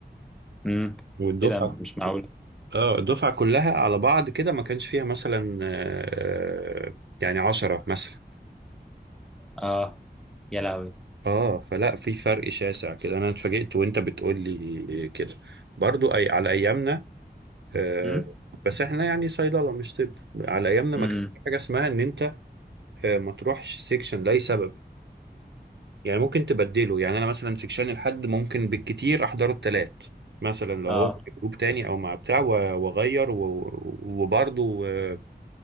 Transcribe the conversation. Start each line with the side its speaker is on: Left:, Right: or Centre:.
Centre: أمم.
Right: والدفعة
Centre: ايه ده مش معقول
Right: اه الدفعة كلها على بعض كده ما كانش فيها مثلا آه، يعني عشرة مثلا
Centre: اه يا لهوي
Right: اه فلا في فرق شاسع كده انا اتفاجئت وانت بتقول لي كده برضو اي على ايامنا آه،
Centre: امم
Right: بس احنا يعني صيدلة مش طب على ايامنا
Centre: امم
Right: ما كانش في حاجة اسمها ان انت آه، ما تروحش سيكشن لاي سبب يعني ممكن تبدله يعني انا مثلا سيكشن الحد ممكن بالكتير احضره التلات مثلا لو
Centre: اه
Right: هو في جروب تاني او مع بتاع و- واغير و- وبرضو آه،